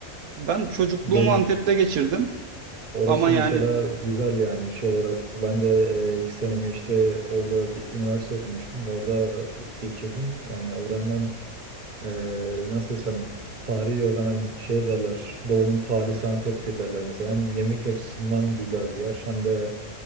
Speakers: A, on the right (about 80°); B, on the right (about 35°).
A: Ben çocukluğumu
B: Gördün.
A: Antep'te geçirdim.
B: Orası
A: Ama yani
B: mesela güzel yani şey olarak ben de e, iki senemi işte orada bir üniversite okumuştum. Orada geçirdim. Yani oranın hem e, nasıl desem tarihi oradan hem şey derler Doğu'nun Paris'i Antep'tir derler mesela. Hem yemek açısından güzel bir yer hem de